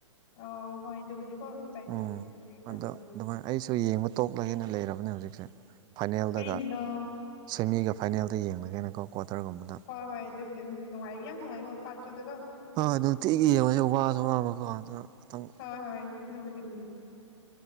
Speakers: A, on the left; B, on the right.
A: ꯑꫭ ꯍꯣꯏ ꯑꯗꯨꯕꯨꯗꯤꯀꯣ ꯇꯥꯏꯃꯤꯡ
B: ꯎꯝ
A: <unintelligible>
B: ꯑꯗꯣ ꯑꯗꯨꯃꯥꯏꯅ ꯑꯩꯁꯨ ꯌꯦꯡꯕ ꯇꯣꯛꯂꯒꯦꯅ ꯂꯩꯔꯕꯅꯦ ꯍꯧꯖꯤꯛꯁꯦ ꯐꯥꯏꯅꯦꯜꯗꯒ
A: ꯀꯔꯤꯒꯤꯅꯣ
B: ꯁꯦꯃꯤꯒ ꯐꯥꯏꯅꯦꯜꯗ ꯌꯦꯡꯂꯒꯦꯅꯀꯣ ꯀ꯭ꯋꯥꯇꯔꯒꯨꯝꯕꯗ
A: ꯍꯣꯏ ꯍꯣꯏ ꯑꯗꯨꯕꯨꯗꯤ ꯎꯝ ꯅꯨꯡꯉꯥꯏ ꯌꯥꯝ ꯅꯨꯡꯉꯥꯏꯕꯣ ꯄꯥꯠꯇꯨꯗꯒꯣ
B: ꯍꯣꯏ ꯅꯨꯡꯇꯤꯒꯤ ꯌꯦꯡꯉꯣꯁꯦ ꯋꯥꯁꯨ ꯋꯥꯡꯕꯀꯣ ꯑꯗꯨ ꯈꯤꯇꯪ
A: ꯍꯣꯏ ꯍꯣꯏ ꯑꯗꯨꯕꯨꯗꯤ ꯎꯝ